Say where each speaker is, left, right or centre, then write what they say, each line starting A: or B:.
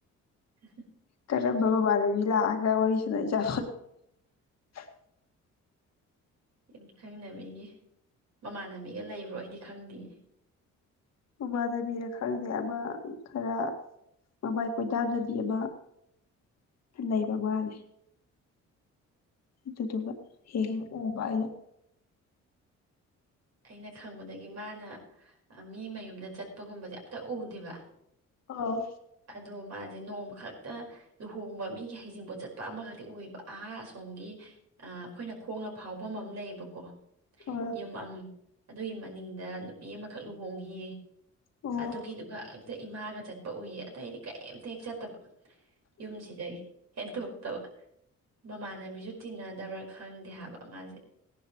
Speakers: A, on the right (about 60°); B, on the left (about 60°).
A: <unintelligible>
B: ꯀꯔꯝꯕ ꯃꯃꯥꯅꯕꯤꯕꯤ ꯂꯤꯛꯑꯒ ꯋꯥꯔꯤ ꯁ <unintelligible>
A: ꯌꯨꯝꯊꯪꯅꯕꯤꯒꯤ ꯃꯃꯥꯟꯅꯕꯤꯒ ꯂꯩꯕ꯭ꯔꯣ ꯑꯩꯗꯤ ꯈꯪꯗꯦ
B: ꯃꯃꯥꯟꯅꯕꯤꯔ ꯈꯪꯗꯦ ꯑꯃ ꯈꯔ ꯃꯃꯥꯏ ꯀꯣꯏꯗꯥꯅꯕꯤ ꯑꯃ ꯂꯩꯕ ꯃꯥꯜꯂꯦ ꯑꯗꯨꯗꯨꯒ ꯍꯦꯛ ꯍꯦꯛ ꯎꯕ ꯑꯩꯅ
A: ꯑꯩꯅ ꯈꯪꯕꯗꯒꯤ ꯃꯥꯅ ꯃꯤ ꯃꯌꯨꯝꯗ ꯆꯠꯄꯒꯨꯝꯕꯁꯦ ꯑꯝꯇ ꯎꯗꯦꯕ
B: ꯑꯥ
A: ꯑꯗꯣ ꯃꯥꯁꯦ ꯅꯣꯡꯃ ꯈꯛꯇ ꯂꯨꯍꯣꯡꯕ ꯃꯤꯒꯤ ꯍꯩꯖꯤꯡꯕꯣꯠ ꯆꯠꯄ ꯑꯃꯈꯛꯇꯤ ꯎꯕ ꯑꯍꯥ ꯑꯁꯣꯝꯒꯤ ꯑꯩꯈꯣꯏꯅ ꯈꯣꯡꯅ ꯐꯥꯎꯐꯝ ꯑꯃ ꯂꯩꯌꯦꯕꯀꯣ
B: ꯑ
A: ꯌꯨꯝ ꯑꯃ ꯑꯗꯨꯒꯤ ꯃꯅꯤꯡꯗ ꯅꯨꯄꯤ ꯑꯃꯈꯛ ꯂꯨꯍꯣꯡꯈꯤꯌꯦ
B: ꯑꯣ
A: ꯑꯗꯨꯒꯤꯗꯨꯒ ꯑ ꯏꯃꯥꯒ ꯆꯠꯄ ꯎꯏ ꯑꯇꯩꯗꯤ ꯀꯩꯝꯇ ꯍꯦꯛ ꯆꯠꯇꯕ ꯌꯨꯝꯁꯤꯗꯒꯤ ꯍꯦꯟꯗꯣꯛꯇꯕ ꯃꯃꯥꯟꯅꯕꯤꯁꯨ ꯇꯤꯟꯅꯗꯕ꯭ꯔꯥ ꯈꯪꯗꯦ ꯍꯥꯏꯕ ꯃꯥꯁꯦ